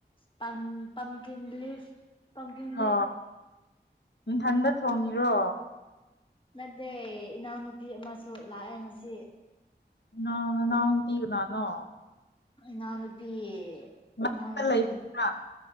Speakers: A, on the left; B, on the left.
A: ꯄ ꯄꯝꯀꯤꯟ ꯂꯤꯐ ꯄꯝꯀꯤꯟ ꯂꯤꯐ
B: ꯑꯣ ꯏꯊꯝꯗ ꯊꯣꯡꯉꯤꯔꯣ
A: ꯅꯠꯇꯦ ꯏꯅꯥꯎꯅꯨꯄꯤ ꯑꯃꯁꯨ ꯂꯥꯛꯑꯦ ꯉꯁꯤ
B: ꯅ ꯅ ꯇꯤꯒ ꯅꯅꯣ
A: ꯅꯅꯥ ꯅꯨꯄꯤꯤ
B: ꯃꯊꯛꯇ
A: ꯏꯎꯅꯄꯤ
B: ꯂꯩꯕꯗꯨꯔ